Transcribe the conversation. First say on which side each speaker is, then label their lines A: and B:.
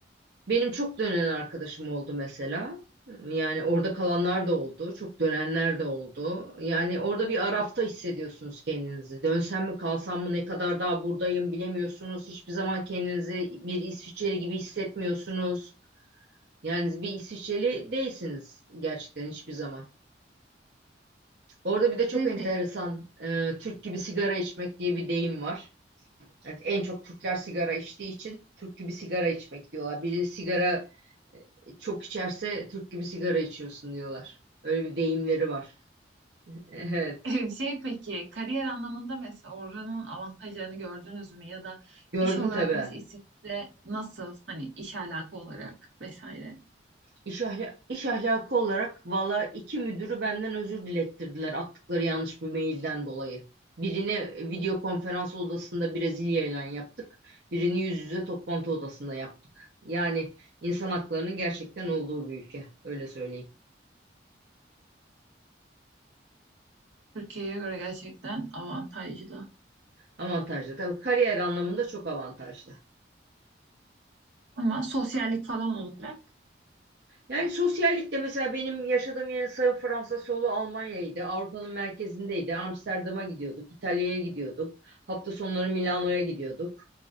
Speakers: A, on the right (about 65°); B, on the right (about 85°).
A: benim çok dönen arkadaşım oldu mesela. Yani orada kalanlar da oldu, çok dönenler de oldu. Yani orada bir arafta hissediyorsunuz kendinizi. Dönsem mi kalsam mı ne kadar daha buradayım bilemiyorsunuz. Hiçbir zaman kendinizi bir İsviçreli gibi hissetmiyorsunuz. Yani bir İsviçreli değilsiniz gerçekten hiçbir zaman. Orada bir de çok
B: Şey
A: enteresan
B: pek
A: e, Türk gibi sigara içmek diye bir deyim var. Yani en çok Türkler sigara içtiği için Türk gibi sigara içmek diyorlar. Biri sigara e, çok içerse Türk gibi sigara içiyorsun diyorlar. Öyle bir deyimleri var. <laughs> Evet.
B: Ee, Şey peki kariyer anlamında mesela oranın avantajlarını gördünüz mü ya da
A: Gördüm
B: iş olarak
A: tabii.
B: mesela İsviçre nasıl hani iş alaka olarak vesaire
A: İş, ahla- iş ahlakı olarak valla iki müdürü benden özür dilettirdiler attıkları yanlış bir mailden dolayı. Birini video konferans odasında Brezilya ile yaptık. Birini yüz yüze toplantı odasında yaptık. Yani insan haklarının gerçekten olduğu bir ülke. Öyle söyleyeyim.
B: Türkiye'ye göre gerçekten avantajlı
A: Avantajlı. Tabii kariyer anlamında çok avantajlı.
B: ama sosyallik falan olarak
A: Yani sosyallik de mesela benim yaşadığım yerin sağı Fransa, solu Almanya'ydı. Avrupa'nın merkezindeydi. Amsterdam'a gidiyorduk, İtalya'ya gidiyorduk. Hafta sonları Milano'ya gidiyorduk.